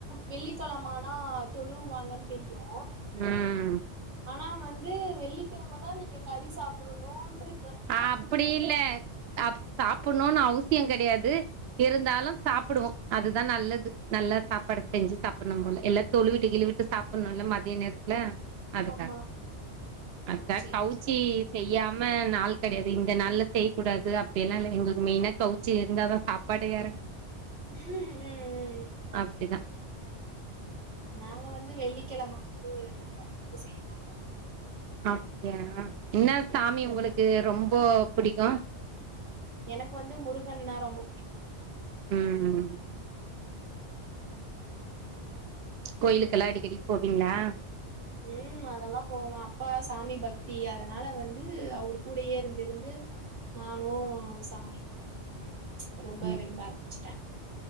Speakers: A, on the right (about 80°); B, on the right (about 65°).
A: வெள்ளிக்கெழம ஆ தொழுவாங்கன் தெரியு
B: ம்
A: ஆனா வந்து வெள்ளிக்கிழம தா நீங்க கறி சாப்புடனோன்று
B: அப்புடி இல்ல ஆப் சாப்புட்னுன்னு அவுஸ் சியம் கெடையாது இருந்தாலும் சாப்டுவோ அதுதா நல்லது நல்லா சாப்பாடு செஞ்சு சாப்பனும் நொல்ல எல்லா தொழுவிட்டு கிழி வுட்டு சாப்பணுல்ல மதிய நேரத்துல அதுக்காக
A: ஆமா
B: அதுக்கா
A: சேரி
B: கவுச்சி செய்யாம நாள் கெடையாது இந்த நாள்ல செய்யக்கூடாது அப்டியெல்லாம் இல்ல எங்களுக்கு மெயினா கவுச்சி இருந்தாதா சாப்பாடே எறங்கும்
A: ம் ம்
B: அப்டிதா
A: நாங்க வந்து வெள்ளிக்கிழம வந்து அறுப்பு செய்ய மாட்டோ
B: அப்டியா என்னா சாமி
A: ம்
B: ஒங்களுக்கு ரொம்போ புடிக்கும்
A: எனக்கு வந்து முருகன்னா ரொம்போ புடிக்கும்
B: ம் கோயிலுக்கெல்லா அடிக்கடி போவீங்ளா
A: ம் அதெல்லாம் போவன் அப்பா சாமி பக்தி அதனால வந்து அவரு கூடயே இருந்திருந்து நானும் சாமிலாம் ரொம்ப
B: ம்
A: விரும்ப ஆரம்பிச்சுட்டேன்